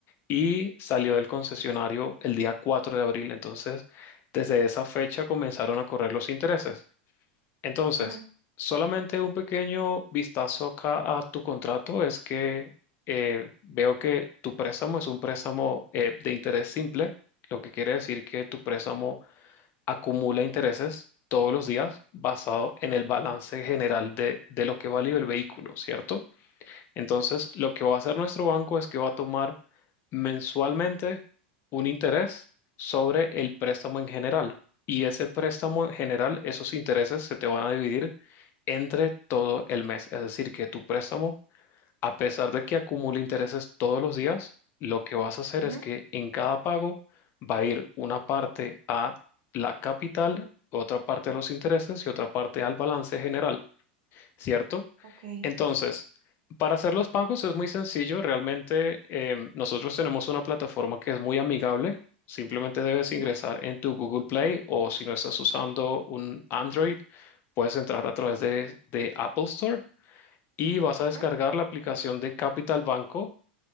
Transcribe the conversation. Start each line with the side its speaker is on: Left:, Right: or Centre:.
Left: y salió del concesionario el día 4 de abril. Entonces, desde esa fecha comenzaron a correr los intereses. Entonces,
Right: Ujú,
Left: solamente un pequeño vistazo acá a tu contrato es que eh, veo que tu préstamo es un préstamo eh, de interés simple, lo que quiere decir que tu préstamo acumula intereses todos los días basado en el balance general de, de lo que vale el vehículo, ¿cierto? Entonces, lo que va a hacer nuestro banco es que va a tomar mensualmente un interés sobre el préstamo en general. Y ese préstamo en general, esos intereses se te van a dividir entre todo el mes. Es decir, que tu préstamo, a pesar de que acumule intereses todos los días, lo que vas a hacer
Right: ujú,
Left: es que en cada pago va a ir una parte a la capital, otra parte a los intereses y otra parte al balance general. ¿cierto?
Right: Ok.
Left: Entonces, para hacer los pagos es muy sencillo. Realmente em, nosotros tenemos una plataforma que es muy amigable. Simplemente debes ingresar
Right: ujú,
Left: en tu Google Play o si no estás usando un Android, puedes entrar a través de, de Apple Store y vas a descargar
Right: ujú,
Left: la aplicación de Capital Banco.